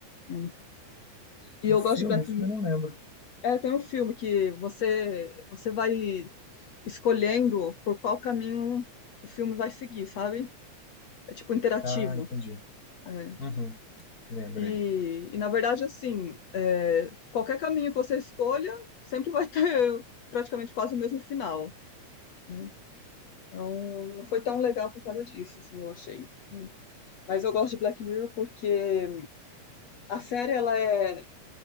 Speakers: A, on the left; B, on the left.
A: Hum. E
B: O
A: eu
B: filme,
A: gosto de Black
B: o filme eu não lembro.
A: É, tem um filme que você você vai escolhendo por qual caminho o filme vai seguir, sabe? É tipo interativo.
B: Ah, entendi.
A: é.
B: Uhum, lembrei.
A: E, e, na verdade, assim, é, qualquer caminho que você escolha sempre vai ter praticamente quase o mesmo final. né? Então, não foi tão legal por causa disso, assim, eu achei. Hum. Mas eu gosto de Black Mirror porque a série ela é